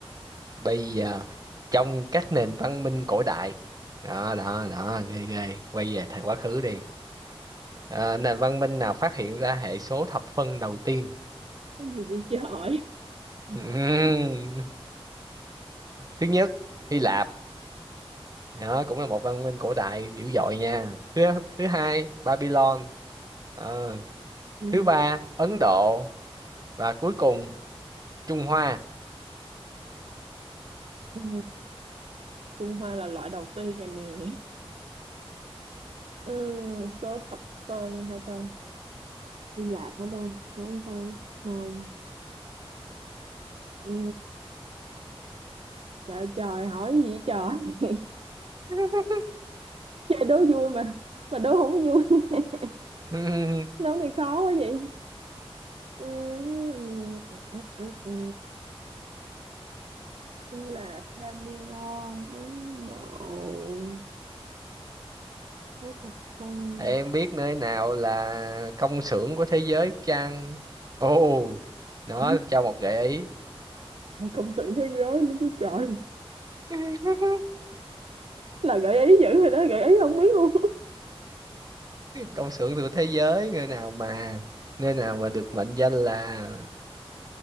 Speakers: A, on the right; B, on the right.
A: bây giờ trong các nền văn minh cổ đại đó đó đó ghê ghê quay về thời quá khứ đi Ờ, nền văn minh nào phát hiện ra hệ số thập phân đầu tiên
B: Cái gì vậy trời?
A: <laughs> Ừm. thứ nhất Hy Lạp đó cũng là một văn minh cổ đại dữ dội nha thứ thứ hai Babylon Ờ,
B: Ừ.
A: thứ ba Ấn Độ và cuối cùng Trung Hoa
B: Ừ, Trung Hoa là loại đầu tiên rồi nè. Ừ, số thập phân hả ta? Hy Lạp hả ta? Phải không ta? Không. Ừ, trời trời hỏi gì vậy trời? <laughs>
A: <laughs>
B: Chơi đố vui mà mà đố không vui. <laughs>
A: Ừm,
B: Đố này khó quá vậy. Ừ, ừ, ừ, ừ. Hy Lạp, Babylon, Ấn Độ, số thập phân.
A: em biết nơi nào là công xưởng của thế giới chăng ồ nó
B: Ừ,
A: cho một gợi ý
B: Mà công xưởng thế giới nữa chứ trời.
A: <laughs>
B: là gợi ý dữ rồi đó gợi ý không biết luôn
A: công xưởng của thế giới nơi nào mà nơi nào mà được mệnh danh là